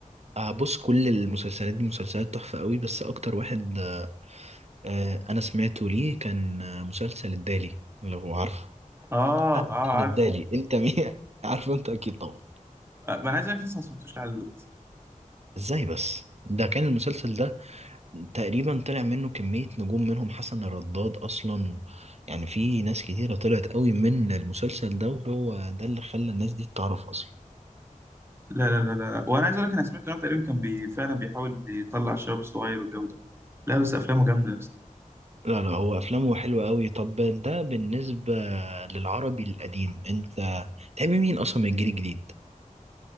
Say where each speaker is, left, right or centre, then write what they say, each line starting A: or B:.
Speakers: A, on the right; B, on the right.
A: آه، بص كل المسلسلات دي مسلسلات تحفه قوي بس اكتر واحد آه، انا سمعته ليه كان آه، مسلسل الدالي لو عارفه
B: اه
A: انا
B: اه
A: خد
B: عارف
A: بالي انت مين <laughs> عارف انت اكيد طبعا
B: آه، انا عايز اقول لك لسه ما سمعتوش لحد دلوقتي
A: ازاي بس ده كان المسلسل ده تقريبا طلع منه كمية نجوم منهم حسن الرداد اصلا و... يعني في ناس كتيرة طلعت قوي من المسلسل ده وهو ده اللي خلى الناس دي تتعرف اصلا
B: لا لا لا لا وانا عايز اقول لك انا سمعت ان هو تقريبا كان بي فعلا بيحاول يطلع الشباب الصغير والجو ده لا بس افلامه جامده يا اسطى.
A: لا لا هو افلامه حلوة قوي طب ده بالنسبة للعربي القديم انت تحب مين اصلا من الجيل الجديد